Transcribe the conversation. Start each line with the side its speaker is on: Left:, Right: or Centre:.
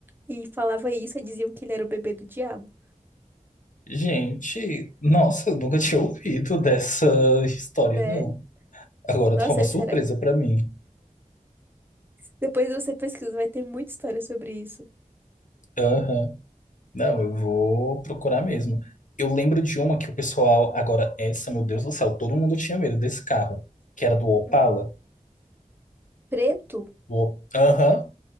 Right: e falava isso, e diziam que ele era o bebê do diabo.
Left: Gente, nossa, eu nunca tinha ouvido dessa história,
Right: Sério?
Left: não. Agora
Right: Nossa,
Left: tá uma
Right: essa
Left: surpresa
Right: era.
Left: pra mim.
Right: Depois você pesquisa, vai ter muita história sobre isso.
Left: Aham. Não, eu vou procurar mesmo. Eu lembro de uma que o pessoal. Agora, essa, meu Deus do céu, todo mundo tinha medo desse carro, que era do Opala.
Right: Hum. Preto?
Left: Do Op- Aham.